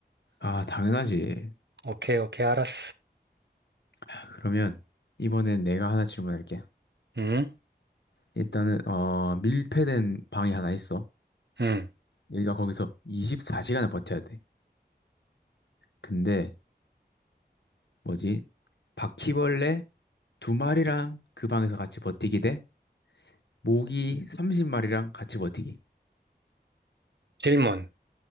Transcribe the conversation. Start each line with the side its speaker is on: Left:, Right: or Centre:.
Left: 아, 당연하지.
Right: 오케이, 오케이, 알았어.
Left: 아, 그러면 이번엔 내가 하나 질문할게.
Right: 응?
Left: 일단은, 어, 밀폐된 방이 하나 있어.
Right: 응.
Left: 여기가 거기서 24시간을 버텨야 돼. 근데, 뭐지? 바퀴벌레 두 마리랑 그 방에서 같이 버티기 돼? 모기 30마리랑 같이 버티기.
Right: 질문.